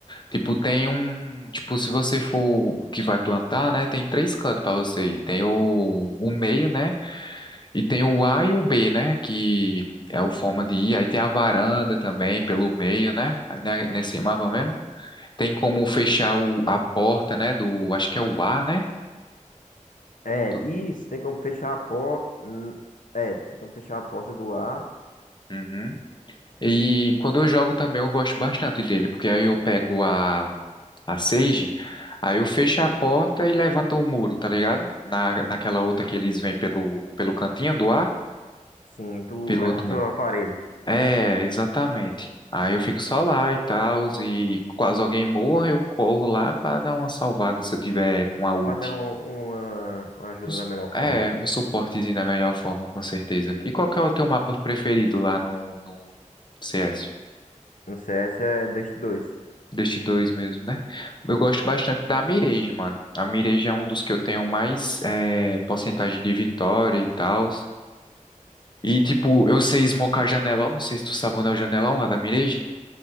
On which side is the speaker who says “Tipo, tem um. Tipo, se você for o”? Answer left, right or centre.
Left